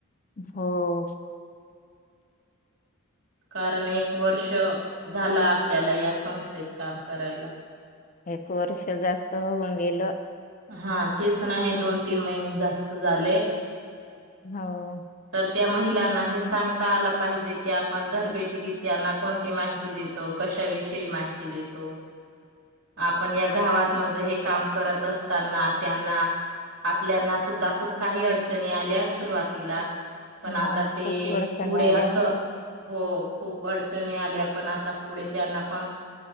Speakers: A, on the left; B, on the right.
A: हो.
B: कारण एक वर्ष झालं आपल्याला या संस्थेत काम करायला.
A: एक वर्ष जास्त होऊन गेलं.
B: हा तेच हे दोन तीन महिने जास्त झाले.
A: हो.
B: तर त्या महिलांना हे सांगता आलं पाहिजे. की आपण दरबेठेकीत त्यांना कोणती माहिती देतो. कशाविषयी माहिती देतो. आपण या गावात म्हणजे हे काम करत असताना त्यांना आपल्याना सुद्धा खूप काही अडचणी आल्या सुरुवातीला. पण
A: मग
B: आता ते
A: खूप अडचणी
B: पुढे
A: आल्या
B: असं हो खूप अडचणी आल्या. पण आता पुढे त्यांना पण